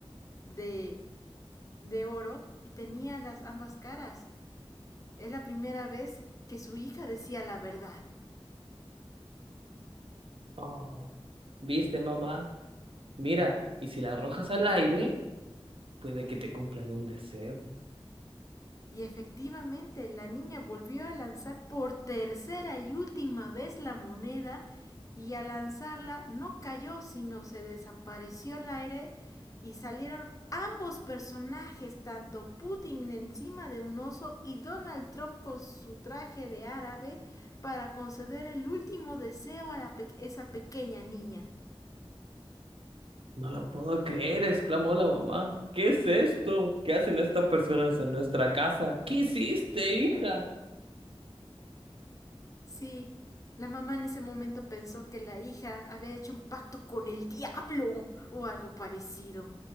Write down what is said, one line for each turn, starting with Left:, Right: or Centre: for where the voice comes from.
Left: de, de oro y tenía las ambas caras. Es la primera vez que su hija decía la verdad.
Right: Oh. ¿Viste, mamá? Mira, y si la arrojas al aire, puede que te cumplan un deseo.
Left: Y efectivamente, la niña volvió a lanzar por tercera y última vez la moneda y al lanzarla no cayó, sino se desapareció el aire y salieron ambos personajes, tanto Putin encima de un oso y Donald Trump con su traje de árabe, para conceder el último deseo a la pe esa pequeña niña.
Right: No lo puedo creer, exclamó la mamá. ¿Qué es esto? ¿Qué hacen estas personas en nuestra casa? ¿Qué hiciste, hija?
Left: Sí, la mamá en ese momento pensó que la hija había hecho un pacto con el diablo o algo parecido.